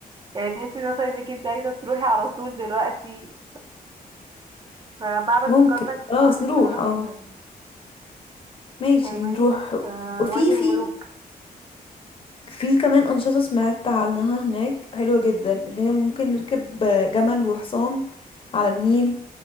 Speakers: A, on the right; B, on the left.
A: يعني تحسي مثلا انك انت عايزة تروحي على طول دلوقتي فمعبد
B: ممكن
A: الكرنك
B: خلاص
A: بصراحة نفسي
B: نروح
A: أروحه
B: اه
A: جدا
B: ماشي
A: فاهماني
B: نروح
A: ف-
B: وفي
A: وادي الملوك
B: في في كمان أنشطة سمعت عنها هناك حلوة جدا اللي هي ممكن نركب جمل وحصان على النيل